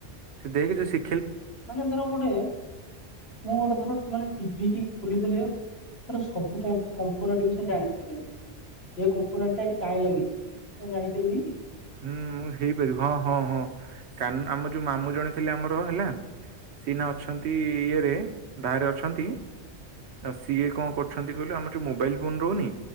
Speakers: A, on the right; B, on the left.
A: ସେ ଦେଖ ଯୋଉ ଶି
B: ମାନେ ଧର ଗୋଟେ, ମୁଁ ଗୋଟେ ଧର ମାନେ ଟିଭି କି ବୁଲିଦେଲେ, ତର ସବୁ କମ୍-କମ୍ପନୀଟି ବିଷୟରେ ଜାଣିଥିବେ ଯେମତି। ଏ କମ୍ପୋନେଣ୍ଟ ଟା ଏଠି କାଇଁ ଲାଗିଛି କ ଜାଣିପାରିବି-ଇ?
A: ହୁଁ, ମୁଁ ହେଇପାରିବି ହଁ, ହଁ, ହଁ କାନ୍ ଆମ ଯୋଉ ମାମୁଁ ଜଣେ ଥିଲେ। ଆମର ହେଲା ସିହ୍ନା ଅଛନ୍ତି-ଇ ଇଏରେ ବାହାରେ ଅଛନ୍ତି। ଆଉ ସିଏ କଁ କରଛନ୍ତି କହିଲୁ? ଆମର ଯୋଉ ମୋବାଇଲ ଫୋନ ରହୁନି